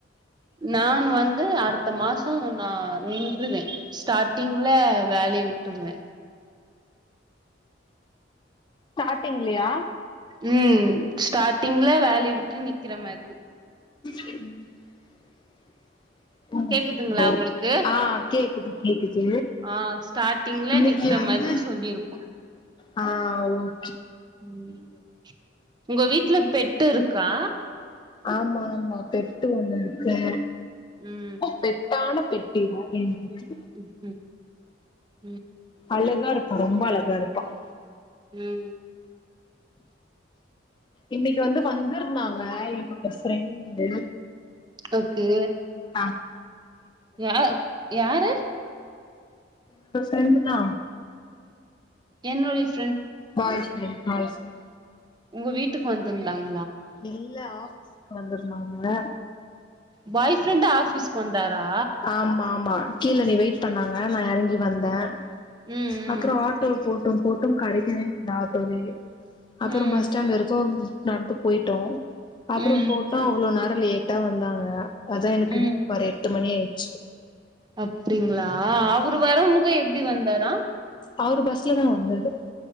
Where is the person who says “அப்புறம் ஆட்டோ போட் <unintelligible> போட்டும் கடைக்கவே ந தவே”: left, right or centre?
Left